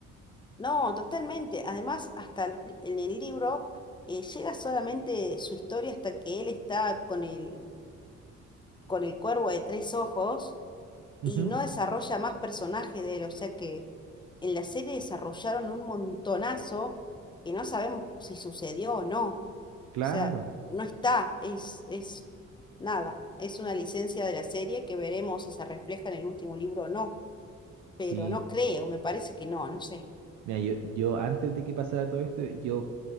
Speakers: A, on the left (about 15°); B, on the right (about 70°).
A: No, totalmente. Además, hasta los- en el libro eh, llega solamente su historia hasta que él está con el, con el cuervo de tres ojos.
B: Ujú,
A: y no desarrolla más personajes de él, o sea que en la serie desarrollaron un montonazo que no sabemos si sucedió o no. O
B: claro,
A: sea, no está, es, es nada, es una licencia de la serie que veremos si se refleja en el último libro o no, pero
B: sí.
A: no creo, me parece que no, no sé.
B: Mira, yo, yo antes de que pasara todo esto, yo